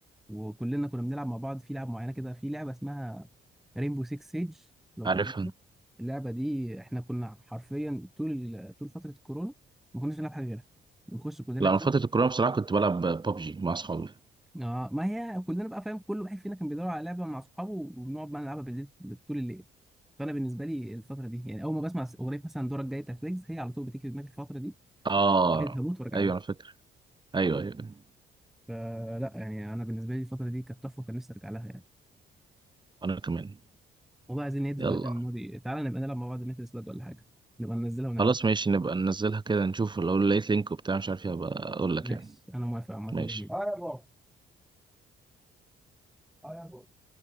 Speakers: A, in the centre; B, on the right.
A: وكلنا كنا بنلعب مع بعض في لعب معينه كده في لعبه اسمها رينبو 6 سيج لو
B: عارفها
A: تعرفها اللعبه دي احنا كنا حرفيا طول طول فتره الكورونا ما كناش بنلعب حاجه غيرها بنخش كلنا
B: لا
A: تيم
B: انا فتره الكورونا بصراحه كنت بلعب ببجي مع اصحابي
A: اه ما هي كلنا بقى فاهم كل واحد فينا كان بيدور على لعبه مع اصحابه وبنقعد بقى نلعبها بالليل طول الليل فانا بالنسبه لي الفتره دي يعني اول ما بسمع اغنيه مثلا دورك جاي بتاعت ويجز هي على طول بتيجي في دماغي الفتره دي
B: اه
A: عايز هموت وارجع
B: ايوه
A: لها
B: انا فاكر ايوه ايوه أيوة.
A: فلا يعني انا بالنسبه لي الفتره دي كانت تحفه وكان نفسي ارجع لها يعني
B: انا كمان
A: والله عايزين نعيد ذكريات
B: يلا
A: الماضي تعالى نبقى نلعب مع بعض ميتل سلاج ولا حاجة نبقى ننزلها ونلعبها
B: خلاص ماشي نبقى ننزلها كده نشوف لو لقيت لينك وبتاع مش عارف ايه هبقى اقول لك
A: ماشي
B: يعني
A: أنا موافق عامة
B: ماشي
A: جميل اه يا بابا اه يا بابا